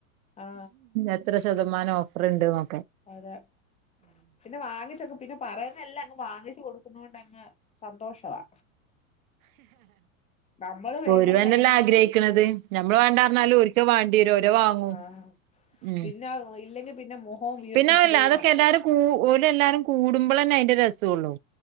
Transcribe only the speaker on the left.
ആ
അതെ പിന്നെ വാങ്ങിച്ചെക്കും പിന്നെ പറയുന്നെല്ല അങ്ങ് വാങ്ങിച്ച് കൊടുക്കുന്നോണ്ട ങ്ങ് സന്തോഷവാ നമ്മള് വേണ്ടെന്ന്
പറഞ്ഞാലുവേ
ആഹ്
പിന്നെ ഇല്ലെങ്കിൽ പിന്നെ മുഖവും വീർപ്പിച്ച്
ഇതുവഴി
നടക്കും